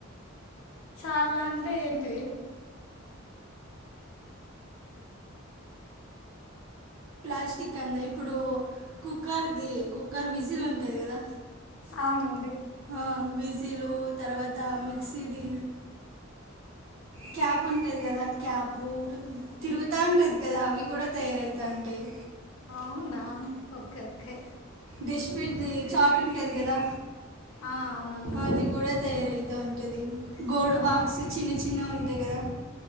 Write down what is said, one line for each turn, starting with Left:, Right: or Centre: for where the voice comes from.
Left: చాలా అంటే ఏంటి
Right: ప్లాస్టిక్ వి ఇప్పుడు కుక్కర్ది కుక్కర్ విజిల్ ఉంటది కదా
Left: అవునండి
Right: ఆ విజిలు తర్వాత మిక్సీది క్యాప్ ఉంటది కదా క్యాపు తిరుగుతా ఉంటది కదా అవి కూడా తయారవుతూ ఉంటాయి
Left: అవునా ఓకే ఓకే
Right: డిష్ పిన్ చాట్ ఉంటది కదా
Left: ఆ, అవునవునవును
Right: అది కూడా తయారయితంది గోల్డ్
Left: ఆహా
Right: బాక్స్ చిన్న చిన్నగా ఉంటాయి కదా